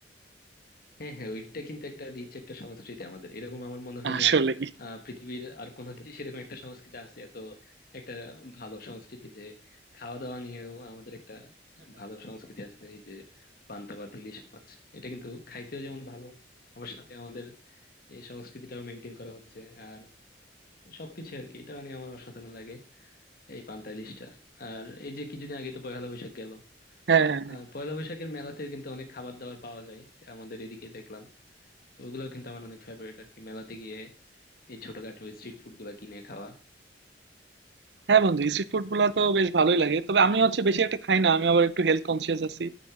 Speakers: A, on the left (about 55°); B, on the right (about 70°).
A: হ্যাঁ হ্যাঁ ওইটা কিন্তু একটা রিচ একটা সংস্কৃতি আমাদের এরকম আমার মনে হয়
B: আসলেই
A: না আহ, পৃথিবীর আর কোনো দেশে এরকম একটা সংস্কৃতি আছে এত একটা ভালো সংস্কৃতি যে খাওয়া দাওয়া নিয়েও আমাদের একটা ভালো সংস্কৃতি আছে এই যে পান্তা ভাত ইলিশ মাছ এটা কিন্তু খাইতেও যেমন ভালো আমার সাথে আমাদের এই সংস্কৃতিটাও মেনটেন করা হচ্ছে আর সবকিছু আর কি এটা নিয়ে আমার অসাধারণ লাগে এই পান্তা ইলিশটা আর এই যে কিছুদিন আগে তো পয়লা বৈশাখ গেল
B: হ্যাঁ হ্যাঁ হ্যাঁ
A: আর পয়লা বৈশাখের মেলাতে কিন্তু অনেক খাবার দাবার পাওয়া যায় আমাদের এদিকে দেখলাম তো ওগুলো কিন্তু আমার অনেক ফেভারিট আর কি মেলাতে গিয়ে এই ছোটখাটো স্ট্রিট ফুড গুলা কিনে খাওয়া
B: হ্যাঁ বন্ধু স্ট্রিট ফুড গুলা তো বেশ ভালোই লাগে তবে আমি হচ্ছে বেশি একটা খাই না আমি আবার একটু হেলথ কনসিয়াস আছি